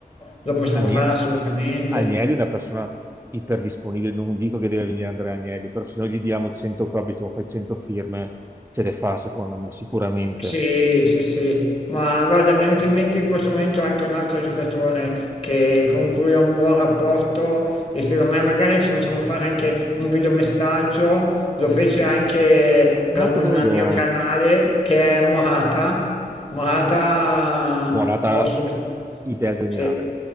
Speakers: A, on the left (about 35°); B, on the right (about 15°).
A: lo possiamo
B: Agne-
A: fare assolutamente.
B: Agnelli è una persona iperdisponibile, non dico che deve venire Andrea Agnelli, però se noi gli diamo 100 copie, diciamo fai 100 firme, ce le fa secondo me, sicuramente.
A: Sì, sì, sì, ma guarda, mi è venuto in mente in questo momento anche un altro giocatore che- con cui ho un buon rapporto e secondo me magari ci facciamo fare anche un videomessaggio, lo fece anche per
B: Ah,
A: un
B: che bella idea.
A: mio canale che è Morata, Morata
B: Morata,
A: prossimo.
B: idea geniale.
A: Sì.